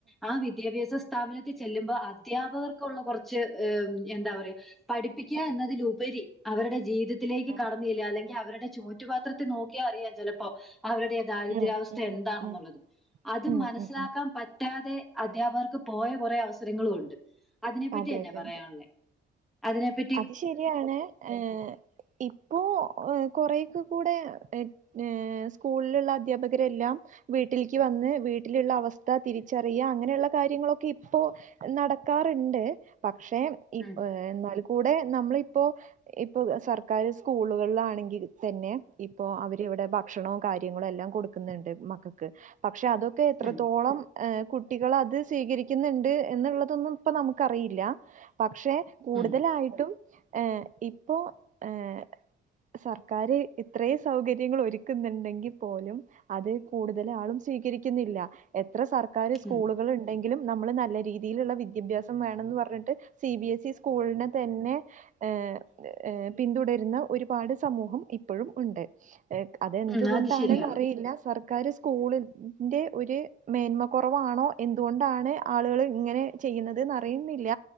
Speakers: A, in the centre; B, on the right (about 40°).
A: ആഹ് വിദ്യാഭ്യാസ സ്ഥാപനത്തി ചെല്ലുമ്പോ അധ്യാപകർക്കുള്ള കൊർച്ച് ഹേം എന്താ പറയാ പഠി പ്പിക്കാ എന്നതിലുപരി അവരുടെ ജീവിതത്തിലേക്ക്
B: ആഹ്
A: കടന്ന് ചെല്ല അല്ലെങ്കി അവരുടെ ചോറ്റുപാത്ര നോക്കിയാ അറിയാ ചെലപ്പോ അവരുടെ ദാരിദ്രാവസ്ഥ
B: ഉം ഉം ഉം
A: എന്താണെന്നുള്ളത്
B: ഉം
A: അത്
B: ഉം
A: മനസ്സിലാക്കാൻ
B: ഉം ഉം
A: പ റ്റാതെ അധ്യാപകർക്ക് പോയ കൊറെ അവസരങ്ങളും ഉണ്ട്. അതിനെപ്പറ്റി
B: അതെ
A: തന്നെ
B: അതെ
A: പറയാള്ളേ
B: അതെ
A: അതിനെപ്പ
B: അത് ശരിയാണ് ഏ ഇപ്പോ കൊറെക്ക കൂടെ എഹ് ഏഹ് സ്കൂളില്ള്ള അധ്യാപകരെല്ലാം വീട്ടില്ക്ക് വന്ന് വീട്ടിലുള്ള അവസ്ഥ തിരിച്ചറിയ അങ്ങനെയുള്ള കാര്യങ്ങളൊക്കെ ഇപ്പോ നടക്കാർണ്ട് പക്ഷെ ഇപ്പോ
A: ഉം
B: ഏഹ് എന്നാൽ കൂടെ നമ്മളിപ്പോ ഇപ്പൊ സർക്കാർ സ്കൂളുകളിലാണെങ്കിൽ തന്നെ ഇപ്പൊ അവരിവിടെ ഭക്ഷണൊ കാര്യങ്ങളും എല്ലാം കൊടു ക്കുന്ന്ണ്ട് മക്കക്ക് പക്ഷെ അതൊ ക്കെ എത്രത്തോളം
A: ഉം
B: ഹേ കുട്ടികളത് സ്വീകരിക്ക്‌ന്ന്ണ്ട് എന്നുള്ളതൊന്നും ഇപ്പൊ നമുക്കറിയില്ല പക്ഷെ കൂടുതലായിട്ടും
A: ഉം
B: ഏഹ് ഇപ്പോ ഏഹ് സർക്കാര് ഇത്രയും സൗകര്യങ്ങൾ ഒരുക്കുന്ന്ണ്ടെങ്കി പോലും അത് കൂടുതൽ ആളും സ്വീകരിക്കുന്നില്ല എത്ര സർക്കാര് സ്കൂളുകൾ
A: ഉം
B: ഉണ്ടെങ്കിലും നമ്മള് നല്ല രീതിയിലുള്ള വി ദ്യഭ്യാസം വേണംന്ന് പറഞ്ഞിട്ട് സി ബി എസ് ഇ സ്കൂളിനെ തന്നെ ഏഹ് ഏഹ് പിന്തുടരുന്ന ഒരുപാട് സമൂഹം ഇപ്പഴും ഉണ്ട് അതെന്തുകൊണ്ടാണെന്ന്
A: ഉം അത് ശരിയാണ്
B: അറിയില്ല സർ ക്കാര് സ്കൂളിന്റെ ഒരു മേന്മ കുറവാണോ എന്തുകൊണ്ടാണ് ആളുകള് ഇങ്ങനെ ചെയ്യുന്നത് ന്ന് അറിയുന്നില്ല